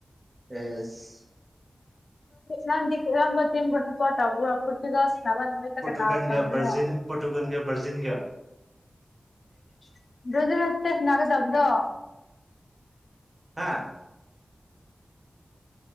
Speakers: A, on the right (about 35°); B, on the left (about 75°).
A: ꯑꯦꯁ
B: ꯅꯘꯤ ꯀꯔꯝꯕ ꯇꯤꯝꯕꯨ ꯁꯥꯄꯣꯠ ꯇꯧꯕ꯭ꯔꯣ ꯃ ꯑꯗꯨꯃꯦ ꯇ
A: ꯄꯣꯔꯇꯨꯒꯟꯒ
B: ꯀꯅꯥꯗ ꯑꯣꯏꯔꯣ
A: ꯕ꯭ꯔꯥꯖꯤꯟ ꯄꯣꯔꯇꯨꯒꯟꯒ ꯕ꯭ꯔꯥꯖꯤꯟꯒ
B: <unintelligible> ꯔꯖꯠꯇꯅꯥꯒ ꯇꯧꯕꯗꯣ
A: ꯍꯥꯥ